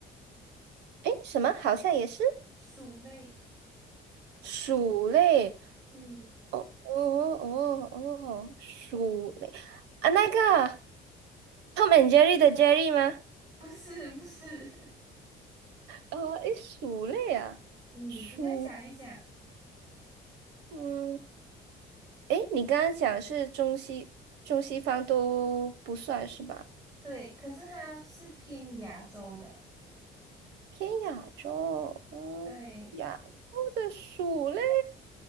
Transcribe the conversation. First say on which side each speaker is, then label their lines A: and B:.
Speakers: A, on the right; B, on the right.
A: 诶，什么？好像也是
B: 鼠类，
A: 鼠类。
B: 嗯，
A: 哦哦哦哦，哦，鼠类啊，那个 Tom and Jerry 的 Jerry 吗？
B: 不是，不是，<laughs>
A: 呃，诶，鼠类啊，
B: 嗯，
A: 鼠，
B: 你再想一想，
A: 嗯。诶，你刚刚讲是中西中西方都不算是吧？
B: 对，可是它是偏亚洲的，
A: 偏亚洲，嗯，
B: 对，
A: 亚洲的鼠类，